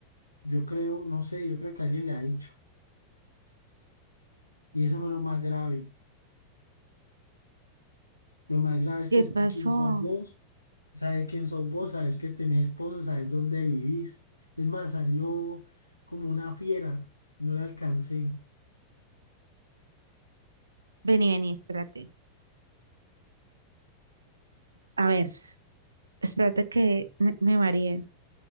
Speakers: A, on the left; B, on the right.
A: yo creo, no sé, yo creo que alguien le ha dicho. Y eso no es lo más grave. Lo más grave es
B: ¿Qué
A: que sabe
B: pasó?
A: quién son vos, sabes quién son vos, sabes que tenés esposo, sabes dónde vivís. Es más, salió como una fiera, no la alcancé.
B: Vení, vení, espérate. A ver, espérate que me, me mareé.